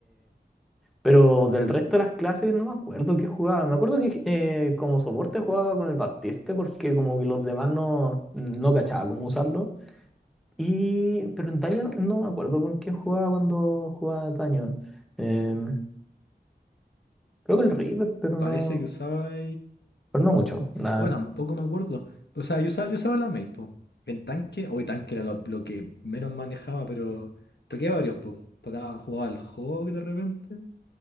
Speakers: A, in the centre; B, on the left.
A: Pero del resto de las clases no me acuerdo qué jugaba. Me acuerdo que eh, como soporte jugaba con el Baptiste porque como que los demás no, no cachaba cómo usarlo. Y, pero en Taño no, no me acuerdo con quién jugaba cuando jugaba Taño. Em, creo que el River, pero
B: Parece
A: no,
B: que usaba
A: pero no mucho. Nada.
B: Hoy tampoco me acuerdo. O sea, yo usaba, yo usaba la Mail, po. En tanque, hoy tanque era lo, lo que menos manejaba, pero toqué varios, pues. Tocaba, jugaba al Hawk de repente.